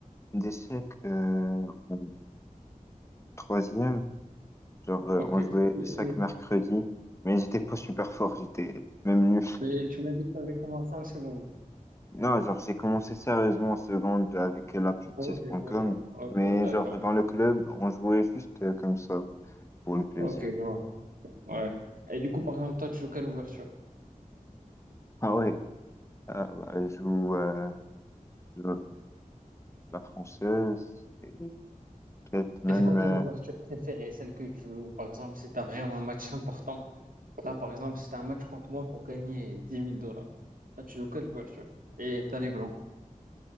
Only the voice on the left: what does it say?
d'échecs euh, en troisième. Genre, euh,
on jouait
chaque
mercredi, mais j'étais pas super fort, j'étais même nul.
Non, genre, j'ai commencé sérieusement en seconde avec l'appli
chess.com,
mais
genre, dans le club, on jouait juste euh, comme ça, pour le plaisir.
Ah ouais, ah, bah, je joue euh, le- la française et peut-être même
euh,